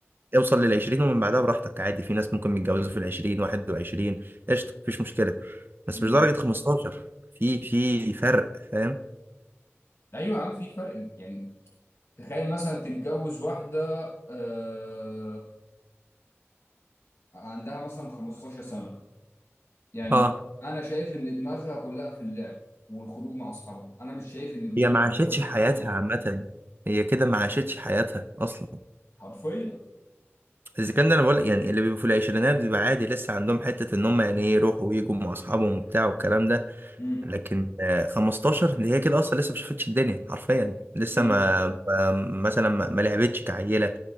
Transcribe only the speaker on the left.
مم.
ايوه يا عم في فرق يعني تخيل مثلا تتجوز واحده آه، عندها مثلا 15 سنه يعني
انا شايف ان دماغها كلها في اللعب والخروج مع اصحابها انا مش شايف ان دماغها
متجوزه
حرفيا
حرفيا
امم
امم